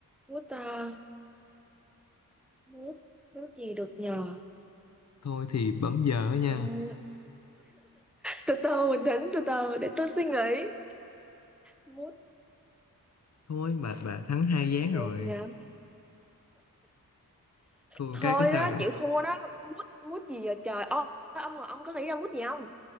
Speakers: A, in the centre; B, on the left (about 45°).
A: Mút ờ, nước nước gì được nhờ
B: thôi thì bấm giờ á nha
A: Ừm, từ từ bình tĩnh từ từ để tôi suy nghĩ mút
B: thôi bà bà thắng hai
A: mút gì
B: ván rồi
A: được nhờ
B: thua một
A: thôi
B: cái có sao
A: đó
B: đâu
A: chịu thua đó mút mút gì giờ trời Ô, ông ông có nghĩ ra mút gì không